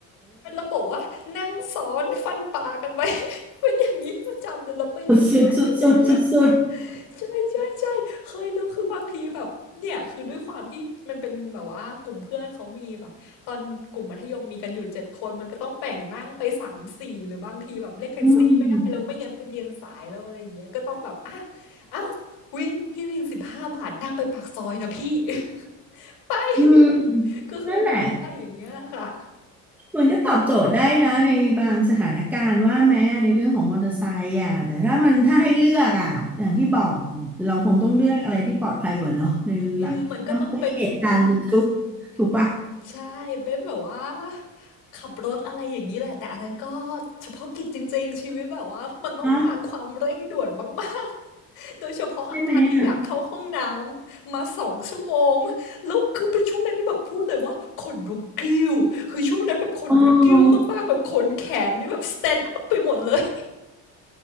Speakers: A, on the left; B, in the centre.
A: เป็นระบบว่านั่งซ้อนฟันปลากันไป <laughs> เป็นอย่างนี้ประจำเลยเราไปเรียนพิเศษกันอย่างเงี้ย
B: สุดสุดสุดสุดสุดสุด
A: ใช่ใช่ใช่เคยแล้วคือบางทีแบบเนี่ยคือด้วยความที่มันเป็นแบบว่ากลุ่มเพื่อนเขามีแบบตอนกลุ่มมัธยมมีกันอยู่เจ็ดคนมันก็ต้องแบ่งนั่งไปสามสี่หรือบางทีแบบเรียกแท็กซี่ไม่ได้แล้วไม่งั้นไปเรียนสายแล้วอะไรอย่างเงี้ยก็ต้องแบบอ่ะ
B: ๆอืม
A: เอ้าวินพี่วินสิบห้าบาทนั่งไปปากซอยนะพี่ <laughs> ไปก็คือนั่งไปอย่างเงี้ยแหละค่ะ
B: อืมนั่นแหละ มันก็ตอบโจทย์ได้นะในบางสถานการณ์ว่าแม้ในเรื่องของมอเตอร์ไซค์อ่ะแต่ถ้ามันถ้าให้เลือกอ่ะอย่างที่บอกเราคงต้องเลือกอะไรที่ปลอดภัยกว่าเนาะในหลักถ้ามันไม่มีเหตุการณ์ระทึก
A: อืมมันก็ต้องเป็น
B: ถูกปะ
A: ใช่เป็นแบบว่าขับรถอะไรอย่างนี้แหละแต่อันนั้นก็เฉพาะกิจจริงๆชีวิตแบบว่ามันต้องการความเร่งด่วนมากๆ
B: เนาะ
A: <laughs> โดยเฉพาะอาการที่อยากเข้าห้องน้ำมาสองชั่วโมงแล้วคือเป็นช่วงนั้นที่แบบพูดเลยว่าขนลุกกิ้วคือช่วงนั้นแบบขนลุกกิ้วมากๆแบบขนแขนนี่แบบ
B: ใช่ไหมอ่ะโอ้
A: s t a n up ไปหมดเลย